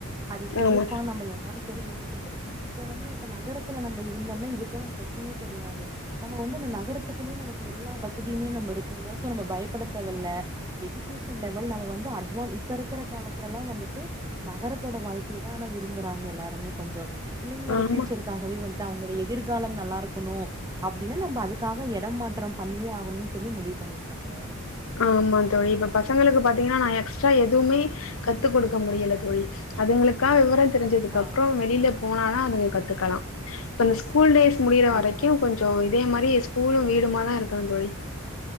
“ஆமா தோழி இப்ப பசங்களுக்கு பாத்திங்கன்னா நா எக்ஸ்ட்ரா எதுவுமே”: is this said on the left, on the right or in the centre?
Left